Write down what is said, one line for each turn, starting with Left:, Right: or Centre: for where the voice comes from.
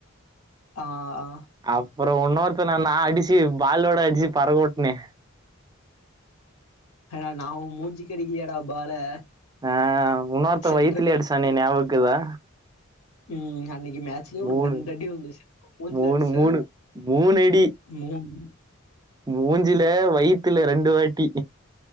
Left: ஆ ஆ
Right: அப்புற ஒன்னொருக்கன நா அடிச்சி பாலோட அடிச்சு பரக்கொட்டனே
Left: ஏங்க நா ஒ மூஞ்சிக் கெடிகியலடா பால
Right: ஆ உன்னோர்த்தவ
Left: சென்டருக்கு
Right: வயித்துலே அடிச்சானே ஞாபகம்கீதா
Left: ம் அன்னிக் கி மேச்லே ஒனக்கு
Right: மூணு
Left: ரெண்டடி விழுந்துச்சு மூஞ்சில
Right: மூணு
Left: அடிச்ச
Right: மூணு மூணு அடி
Left: மூக்
Right: மூஞ்சில வயித் துல ரெண்டு வாட்டி